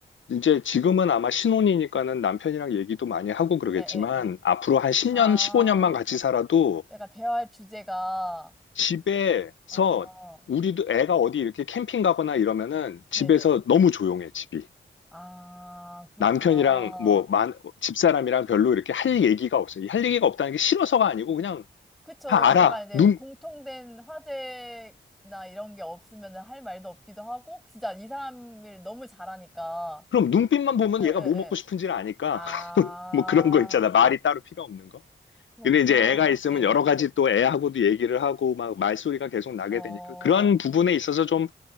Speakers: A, on the left; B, in the centre.
A: 이제 지금은 아마 신혼이니까는 남편이랑 얘기도 많이 하고 그러겠지만
B: 예, 예, 예.
A: 앞으로 한 10년,
B: 아,
A: 15년만 같이 살아도
B: 내가 대화할 주제가,
A: 집에서
B: 아,
A: 우리도 애가 어디 이렇게 캠핑 가거나 이러면은
B: 네네.
A: 집에서 너무 조용해, 집이.
B: 아, 그렇구나.
A: 남편이랑 뭐 만, 집사람이랑 별로 이렇게 할 얘기가 없어요. 이할 얘기가 없다는 게 싫어서가 아니고 그냥
B: 그쵸.
A: 다 알아.
B: 약간 이제
A: 눈
B: 공통된 화제나 이런 게 없으면 할 말도 없기도 하고, 진짜 이 사람을 너무 잘하니까.
A: 그럼 눈빛만 보면
B: 예, 예,
A: 얘가
B: 예.
A: 뭐 먹고 싶은지를 아니까
B: 아,
A: <laughs> 뭐 그런 거 있잖아. 말이 따로 필요 없는 거.
B: 그렇구나.
A: 근데 이제 애가 있으면
B: 네네.
A: 여러 가지 또 애하고도 얘기를 하고 막 말소리가 계속 나게
B: 어,
A: 되니까 그런 부분에 있어서 좀